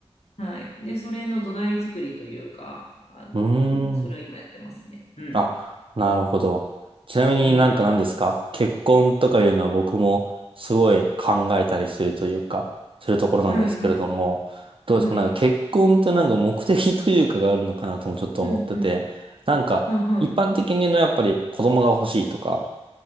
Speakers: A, on the left; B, on the right.
A: はい。で、それの土台作りというか、あの、
B: ーん。
A: それを今やってますね。うん。
B: あ、なるほど。ちなみになんか何ですか結婚とかいうのは僕もすごい考えたりするというか、
A: うん
B: するところなんですけれども、
A: うん。はいは
B: どうですかなんか結婚ってなんか目的というかがあるのかなともちょっと思ってて、
A: い。はい。うんうん。
B: なんか一般的にのやっぱり子供が欲しいとか、
A: はいはい。